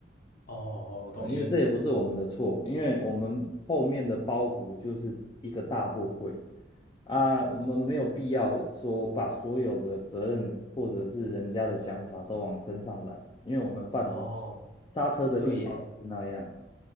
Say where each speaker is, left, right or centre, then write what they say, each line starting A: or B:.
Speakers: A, on the left; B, on the left.
A: 哦，我懂你意思。
B: 呃因为这也不是我们的错，因为我们后面的包袱就是一个大货柜啊，我们没有必要说把所有的责任或者是人家的想法都往身上揽，因为我们办不，
A: 哦，
B: 刹车的力道是那样，
A: 对耶。